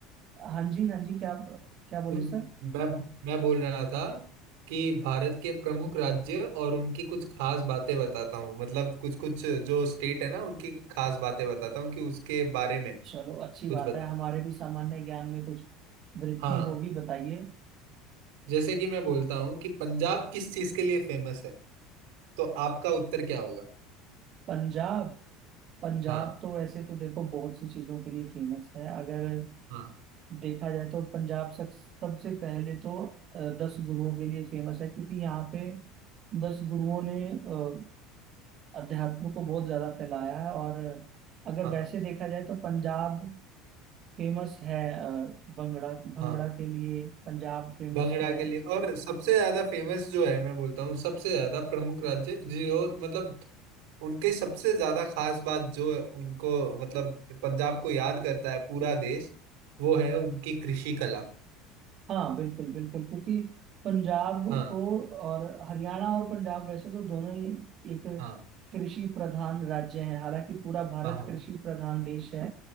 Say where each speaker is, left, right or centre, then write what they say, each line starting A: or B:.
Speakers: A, on the right; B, on the right.
A: हाँ जी हाँ जी क्या क्या बोले
B: उन-
A: सर
B: मैं मैं बोल रहा था कि भारत के प्रमुख राज्य और उनकी कुछ खास बातें बताता हूँ मतलब कुछ कुछ जो स्टेट है ना उनकी खास बातें बताता हूँ कि उसके बारे में
A: चलो अच्छी
B: कुछ
A: बात
B: बताता
A: है हमारे
B: हूँ
A: भी सामान्य ज्ञान में कुछ वृद्धि
B: हाँ
A: होगी बताइए
B: जैसे कि मैं बोलता हूँ कि पंजाब किस चीज के लिए फेमस है तो आपका उत्तर क्या होगा
A: पंजाब पंजाब
B: हाँ
A: तो वैसे तो देखो बहुत सी चीजों के लिए फेमस है अगर
B: हाँ
A: देखा जाए तो पंजाब सब सबसे पहले तो अ, दस गुरुओं के लिए फेमस है क्योंकि यहाँ पे दस गुरुओं ने अ, अध्यात्म को बहुत ज्यादा फैलाया है और अगर
B: हाँ हाँ
A: वैसे देखा जाए तो पंजाब फेमस है अ, भंगड़ा भंगड़ा
B: हाँ
A: के लिए पंजाब फेमस
B: भंगड़ा
A: है
B: के लिए और सबसे ज्यादा फेमस जो है मैं बोलता हूँ सबसे ज्यादा प्रमुख राज्य जो मतलब उनके सबसे ज्यादा खास बात जो उनको मतलब पंजाब को याद करता है पूरा देश वो है उनकी कृषि कला
A: हाँ बिल्कुल बिल्कुल क्योंकि पंजाब
B: हाँ
A: को और हरियाणा और पंजाब वैसे तो दोनों ही एक
B: हाँ
A: कृषि प्रधान राज्य हैं हालांकि पूरा भारत
B: हाँ हाँ
A: कृषि प्रधान देश है